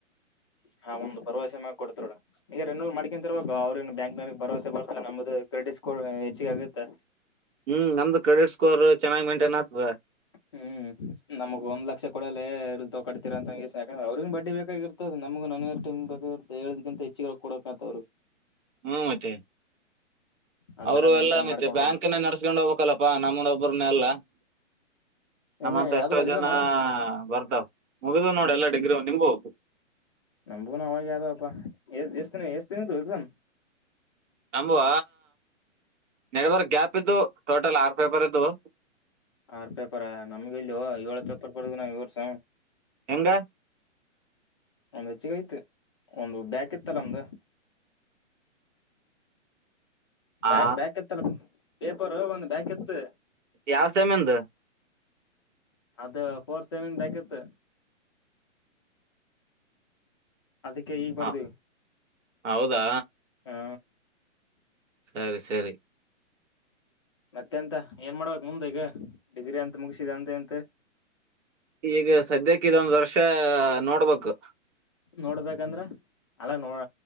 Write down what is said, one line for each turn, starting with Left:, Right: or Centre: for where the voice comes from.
Left: ಆ ಒಂದು ಭರವಸೆ ಮ್ಯಾಗ ಕೊಡ್ತಾರ ಈಗ ರೆನ್ನಲ್ ಮಾಡ್ಕಂತರ್ಬೇಕು ಅವ್ರ ಬ್ಯಾಂಕ್ ನಲ್ಲಿ ಭರವಸೆ ಬರ್ತಾ ನಮ್ದು ಕ್ರೆಡಿಟ್ ಸ್ಕೋರ್ ಹೆಚ್ಚಿಗ ಆಗುತ್ತೆ.
Right: ಹ್ಮ್ ನಮ್ದು ಕ್ರೆಡಿಟ್ ಸ್ಕೋರ್ ಚೆನ್ನಾಗ್ ಮೇಂಟೈನ್ ಆಗ್ತದ
Left: ಹ್ಮ್ ನಮ್ಗ ಒಂದ್ ಲಕ್ಷ ಕೊಡಲ್ಲೇ ಎ ತ ಕಡ್ತಿೀರ ಅಂತಂಗಷ್ಟ ಯಾಕಂದ್ರೆ ಅವ್ರಿಗ ಬಡ್ಡಿ ಬೇಕಾಗಿರ್ತದ ನಮ ನನ್ರ್ ಟೈಮ್ ಬೇಕ ಹೇಳಕಿಂತ ಹೆಚ್ಚು ಕೊಡಬೇಕಂತವ್ರರು.
Right: ಹ್ಮ್ ಮತ್ತೆ
Left: ಆತರ
Right: ಅವರು
Left: ಮೇಂಟೈನ್
Right: ಎಲ್ಲ ಮತ್ತೆ
Left: ಮಾಡ್ಕೊಂಡ್
Right: ಬ್ಯಾಂಕ್ನ
Left: ಹೋಗ್ಬೇಕು
Right: ನಡ್ಸ್ಕೊಂಡು ಹೋಗ್ಬೇಕಲ್ಲಪ್ಪಾ ನಮ್ಮನೊಬ್ಬ್ರನ್ನ ಎಲ್ಲ
Left: ಹೆಂಗ
Right: ನಮ್ಮಂತ
Left: ಯಾವ್ದೋ
Right: ಎಷ್ಟೋ
Left: ಎಕ್ಸಾಮ್
Right: ಜನ ಬರ್ದಾವ್. ಮುಗಿದ ನೋಡಿ ಎಲ್ಲ ಡಿಗ್ರಿ ನಿಂಮ್ಗು
Left: ನಮಂಬೂನ ಅವಾಗ ಯಾವ್ದಪ್ಪ ಎ ಎಷ್ಟತಿನ ಎಷ್ಟತಿನಿು ಎಕ್ಸಾಮ್.
Right: ಅಂಬುವ ನೆಡ ಬರ್ ಗ್ಯಾಪ್ ಇದ್ದು ಟೋಟಲ್ ಆರು ಪೇಪರ್ ಇದ್ವು.
Left: ಆರ್ ಪೇಪರ ನಮ್ಗೆ ಇಲ್ ಏಳ ಪೇಪರ್ ಕೊಡದ ನಾವ ಈ ವರ್ಷ.
Right: ಎಂಗ
Left: ಒಂದ್ ಹೆಚ್ಚಗ ಐತಿ ಒಂದು ಬ್ಯಾಕ್ ಇತ್ತಲ್ಲ ನಮ್ದು.
Right: ಆ
Left: ಬ್ಯಾಕ್ ಬ್ಯಾಕ್ ಇತ್ತಲ್ಲ ಪೇಪರ್ ಒಂದ್ ಬ್ಯಾಕ್ ಇತ್ತು.
Right: ಯಾವ ಸೆಮಿಂದು
Left: ಅದು ಪಫೋರ್ಸೆಮನ್ ಆಗತ್ತು. ಅದಕ್ಕೆ ಈ ಬರ್ದಿವಿ
Right: ಹ ಹೌದಾ
Left: ಹ
Right: ಸರಿ ಸರಿ
Left: ಮತ್ತೆ ಅಂತ ಏನ್ ಮಾಡ್ಬೇಕಕ್ ಮುಂದೆ ಈಗ ಡಿಗ್ರಿ ಅಂತ ಮುಗಿಸಿದೆ ಅಂತ ಅಂತ
Right: ಈಗ ಸದ್ಯಕ್ಕೆ ಇದೊಂದ ವರ್ಷ ನೋಡ್ಬೇಕು.
Left: ನೋಡ್ಬೇಕಂದ್ರ ಅಲ್ಲಾ ನೋಡ